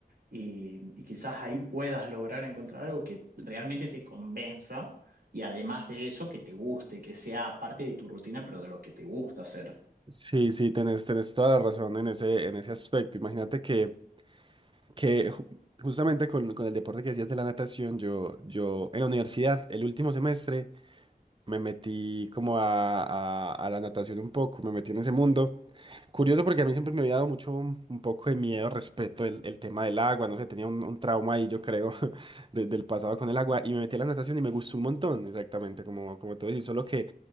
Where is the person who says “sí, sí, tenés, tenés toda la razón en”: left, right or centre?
Right